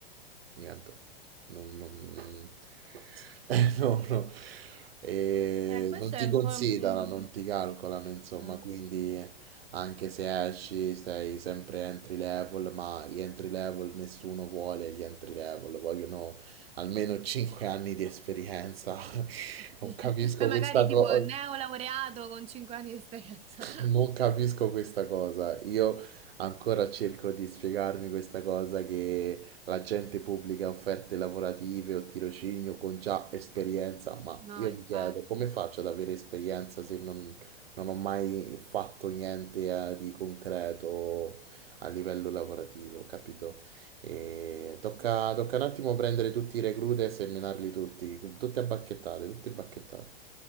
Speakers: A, on the right; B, on the right.
A: niente, non, non- <laughs> eh, no, no. E
B: Eh, questo
A: non ti
B: è un
A: considerano,
B: po'... un- mm,
A: non ti calcolano, insomma,
B: no.
A: quindi anche se esci sei sempre entry level, ma gli entry level nessuno vuole gli entry level, vogliono almeno 5 anni di esperienza. <laughs>
B: Sì.
A: Non
B: <laughs>
A: capisco
B: Poi magari
A: questa
B: tipo
A: cosa.
B: neolaureato con 5 anni di esperienza. <laughs>
A: Non capisco questa cosa. Io ancora cerco di spiegarmi questa cosa che la gente pubblica offerte lavorative o tirocinio con già esperienza, ma
B: No,
A: io
B: infatti.
A: mi chiedo come faccio ad avere esperienza se non, non ho mai fatto niente eh, di concreto a livello lavorativo, capito? E tocca, tocca un attimo prendere tutti i reclute e seminarli tutti, tutti a bacchettate, tutti a bacchettate.